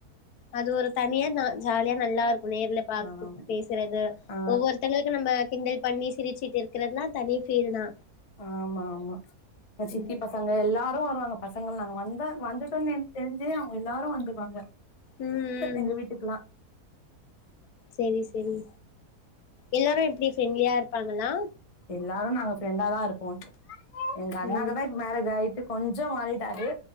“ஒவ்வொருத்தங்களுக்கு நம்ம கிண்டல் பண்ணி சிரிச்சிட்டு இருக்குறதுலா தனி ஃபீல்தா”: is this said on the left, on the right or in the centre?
Left